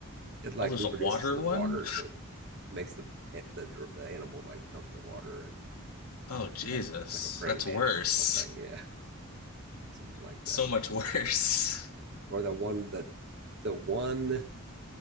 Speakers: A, on the right; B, on the left.
A: it like
B: oh, there's
A: reproduces
B: a water
A: in the
B: one?
A: water, so it makes the eh, the dr- the animal like jump in the water and
B: Oh Jesus,
A: or like like a praying
B: that's
A: mantis
B: worse.
A: or something. Yeah, <laughs> something like
B: That's
A: that.
B: so much <laughs> worse.
A: Or the one that the one There's